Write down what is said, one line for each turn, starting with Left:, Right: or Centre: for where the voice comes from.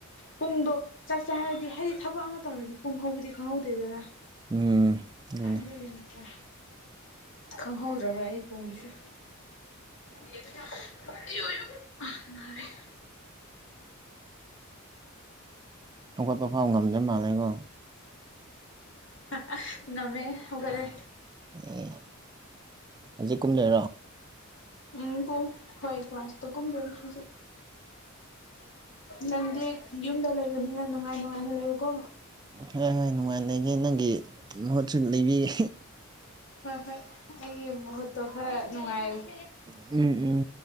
Left: ꯄꯨꯡꯗꯣ꯫ ꯆꯥꯛ ꯆꯥꯔꯗꯤ ꯍꯥꯏꯗꯤ ꯊꯕꯛ ꯑꯃ ꯇꯧꯔꯗꯤ ꯄꯨꯡ ꯍꯧꯕꯗꯤ ꯈꯪꯍꯧꯗꯦꯗꯅ꯫
Right: ꯎꯝ ꯑꯗꯨꯅꯦ
Left: ꯑꯗꯨꯒꯤꯅꯤꯗ꯫ ꯈꯪꯍꯧꯗꯔꯥꯕ ꯑꯩ ꯄꯨꯡꯗꯨꯁꯨ꯫ <unintelligible>
Right: ꯍꯧꯒꯠꯄ ꯐꯥꯎ ꯉꯝꯗ ꯃꯥꯜꯂꯦꯀꯣ꯫
Left: ꯑꯁ ꯉꯝꯃꯦꯍꯦ ꯍꯧꯒꯂꯦ꯫
Right: ꯑꯦ ꯍꯧꯖꯤꯛ ꯀꯨꯝ ꯗꯣꯏ꯫
Left: ꯎꯝ ꯄꯨꯡ ꯍꯣꯏ ꯀꯜꯁꯇꯨ ꯀꯨꯝꯗꯣꯏꯅꯤ ꯍꯧꯖꯤ꯫ ꯅꯪꯗꯤ ꯌꯨꯝꯗ ꯂꯩꯕꯅꯤꯅ ꯅꯨꯡꯉꯥꯏ ꯅꯨꯡꯉꯥꯏꯅ ꯂꯩꯌꯨꯀꯣ꯫
Right: ꯍꯣꯏ ꯍꯣꯏ ꯅꯨꯡꯉꯥꯏ ꯂꯩꯒꯦ ꯅꯪꯒꯤ ꯃꯍꯨꯠꯁꯨ ꯂꯩꯕꯤꯒꯦ꯫
Left: ꯍꯣꯏ ꯍꯣꯏ ꯑꯩꯒꯤ ꯃꯍꯨꯠꯇꯣ ꯈꯔ ꯅꯨꯡꯉꯥꯏꯌꯨ꯫
Right: ꯎꯝ ꯎꯝ